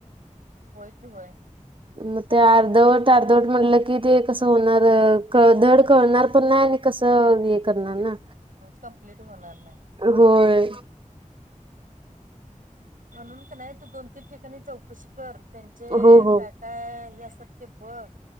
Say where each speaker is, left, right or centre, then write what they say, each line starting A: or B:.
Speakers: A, on the right (about 80°); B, on the right (about 40°).
A: होय त होय
B: मग ते अर्धवट अर्धवट म्हटलं की ते कसं होणार कळधड कळणार पण नाही कस हे करणार ना
A: कंप्लीट होणार नाही
B: होय
A: म्हणून नाही तू दोन तीन ठिकाणी चौकशी कर, त्यांचे
B: हो हो
A: काय काय हे अस. सत्य बघ